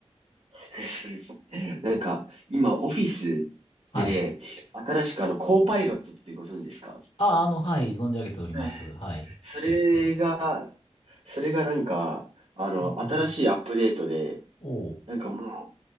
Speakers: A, on the right; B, on the left.
A: <laughs> そうです。なんか、今、オフィスで、
B: はい。
A: 新しくあの、コーパイロットってご存知ですか
B: あ、あの、はい、存じ上げております。
A: はい
B: はい。
A: それが、
B: 知ってる、知ってる。
A: それがなんか、あの、
B: うんうんうん
A: 新しいアップデートで、
B: おお、
A: なんかもう、